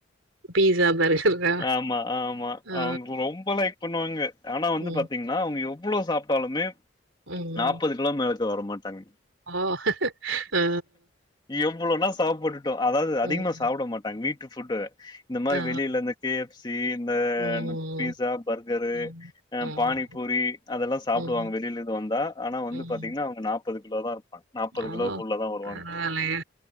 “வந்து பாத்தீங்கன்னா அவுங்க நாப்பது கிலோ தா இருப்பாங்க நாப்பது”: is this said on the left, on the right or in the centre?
Left